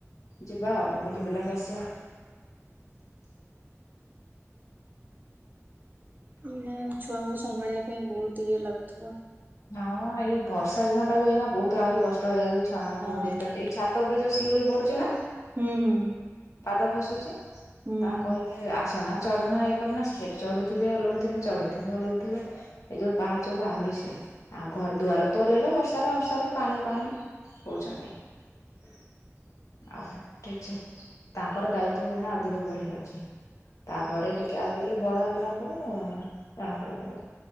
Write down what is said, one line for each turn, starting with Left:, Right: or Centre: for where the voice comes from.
Left: ଯିବା ଆଉ ବୁଲି ବୁଲାକି ଆସିବା।
Right: ନା ଛୁଆଙ୍କୁ ସମ୍ଭାଳିବା ପାଇଁ ବହୁତ ଇଏ ଲାଗୁଥିବ।
Left: ହଁ ଏଇ ବର୍ଷା ଦିନ ଟା ବି ଏଇନା ବହୁତ ଆହୁରି କଷ୍ଟ ହେଇଯାଉଛି। ଛୁଆମାନଙ୍କୁ
Right: ହଁ।
Left: ଦେଖ ଏଇ ଛା ତା ଉପରେ ଯୋଉ ଶିଉଳି ପଡୁଛି ନା
Right: ହୁଁ ହୁଁ
Left: ପାଦ ଖସୁଚି।
Right: ହୁଁ।
Left: ତାଙ୍କୁ କହି ଆସନା ଚଢ଼ନା ଏଇ କରନା ସେଠି ଚଢୁଥିବେ ଓଲହୁଥିବେ ଚଢୁଥିବେ ଓଲହୁଥିବେ। ଏଇ ଯୋଉ ପାହାଚକୁୁ ଆହୁରି ସିଏ। ଆଉ ଘର ଦୁଆରୁ ଓଲେଇଲେ ବର୍ଷାରେ ବର୍ଷାରେ ପାଣି ପାଣି ହଉଛନ୍ତି। <inaudible> ଆଉ ଠିକ ସେ ତାଙ୍କର ଦାୟିତ୍ଵ ହୁଏନା ଅଧିକ ବଢି ଯାଉଛି। ତାପରେ ଟିକେ ଆଉ ଟିକେ ଟିକେ ବଡ ହେଇଗଲା। ପରେ ଜଣା ପଡିବ।